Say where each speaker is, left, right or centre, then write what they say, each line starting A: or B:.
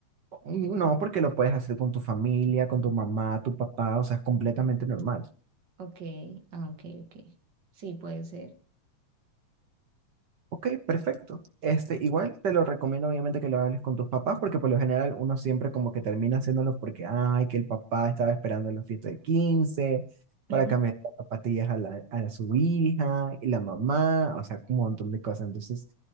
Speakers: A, on the right; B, on the right.
A: No, porque lo puedes hacer con tu familia, con tu mamá, tu papá, o sea, es completamente normal.
B: Ok, ah, ok, ok. Sí, puede ser.
A: Ok, perfecto. Este, igual te lo recomiendo obviamente que lo hables con tus papás, porque por lo general uno siempre como que termina haciéndolo porque, ay, que el papá estaba esperando la fiesta de 15
B: <laughs>
A: para cambiar las zapatillas a, la, a su hija y la mamá, o sea, un montón de cosas. Entonces,